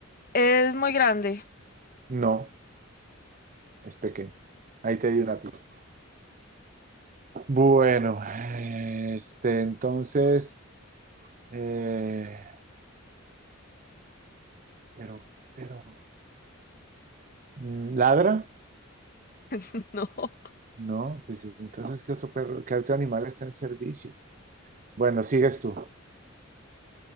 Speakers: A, on the left; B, on the right.
A: Es muy grande.
B: No, es pequeño. Ahí te di una pista. Bueno, este, entonces, eh, Pero, pero, mm, ¿ladra?
A: <laughs> No.
B: No, pues entonces, ¿qué otro perro, qué otro animal está en servicio? Bueno, sigues tú.